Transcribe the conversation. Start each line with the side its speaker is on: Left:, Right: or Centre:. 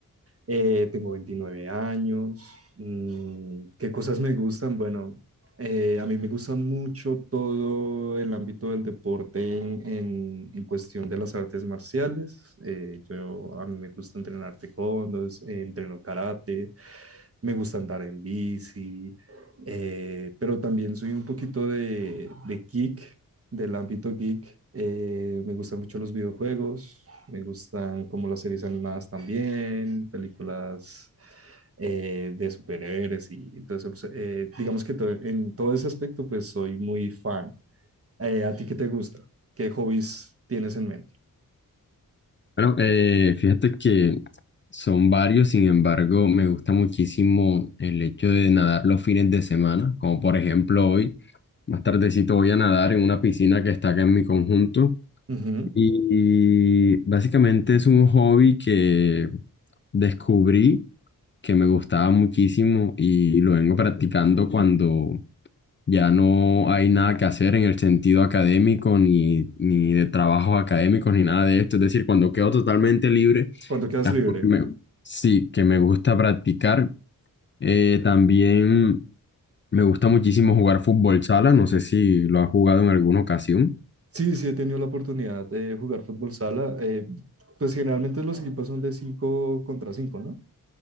Right: Eh, tengo 29 años. Mm, ¿qué cosas me gustan? Bueno, eh, a mí me gustan mucho todo el ámbito del deporte en, en- en cuestión de las artes marciales. Eh, yo, a mí me gusta entrenar taekwondo, es- eh, entreno karate, me gusta andar en bici, eh, pero también soy un poquito de, de geek, del ámbito geek. Eh, me gustan mucho los videojuegos, me gustan como las series animadas también, películas eh, de superhéroes y entonces pues, eh, digamos que to- en todo ese aspecto pues soy muy fan. Eh, ¿a ti qué te gusta? ¿Qué hobbies tienes en mente?
Left: bueno, eh, fíjate que son varios, sin embargo, me gusta muchísimo el hecho de nadar los fines de semana, como por ejemplo hoy, más tardecito voy a nadar en una piscina que está acá en mi conjunto.
Right: Ujú.
Left: Y básicamente es un hobby que descubrí que me gustaba muchísimo y lo vengo practicando cuando ya no hay nada que hacer en el sentido académico ni, ni de trabajos académicos ni nada de esto. Es decir, cuando quedo totalmente libre,
Right: ¿Cuándo quedas
Left: es
Right: libre?
Left: algo que me, sí, que me gusta practicar. Eh, también me gusta muchísimo jugar fútbol sala. No sé si lo has jugado en alguna ocasión.
Right: Sí, sí, he tenido la oportunidad de jugar fútbol sala. eh, pues generalmente los equipos son de 5 contra 5, ¿no?